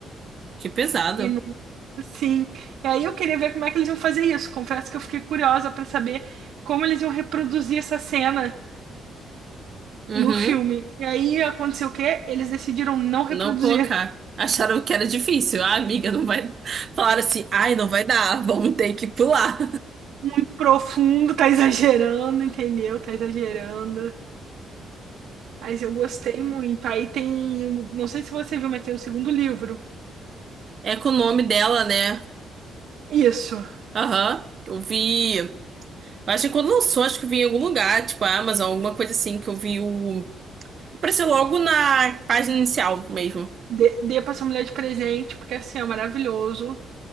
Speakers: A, on the right (about 50°); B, on the right (about 75°).
A: Que pesado.
B: E não, sim. E aí eu queria ver como é que eles iam fazer isso. Confesso que eu fiquei curiosa pra saber como eles iam reproduzir essa cena
A: Uhum.
B: no filme. E aí aconteceu o quê? Eles decidiram não reproduzir
A: Não colocar. Acharam que era difícil. Ah, amiga, não vai. Falaram assim, ai, não vai dar, <laughs> vamos ter que pular.
B: <laughs> profundo, tá exagerando, entendeu? Tá exagerando. Mas eu gostei muito. Aí tem, um- não sei se você viu, mas tem o segundo livro.
A: É com o nome dela, né?
B: Isso.
A: Aham. Eu vi. eu Acho que quando lançou, acho que eu vi em algum lugar, tipo a Amazon, alguma coisa assim, que eu vi o. Apareceu logo na página inicial mesmo.
B: Dê, dê pra sua mulher de presente, porque assim, é maravilhoso.